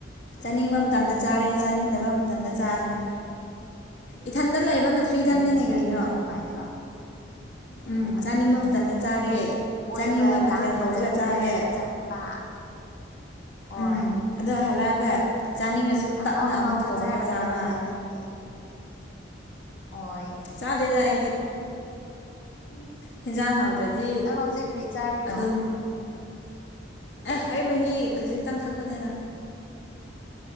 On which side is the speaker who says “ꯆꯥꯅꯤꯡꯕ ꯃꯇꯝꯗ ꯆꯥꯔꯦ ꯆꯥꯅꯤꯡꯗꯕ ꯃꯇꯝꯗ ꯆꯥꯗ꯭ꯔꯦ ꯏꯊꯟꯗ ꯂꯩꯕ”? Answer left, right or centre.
Left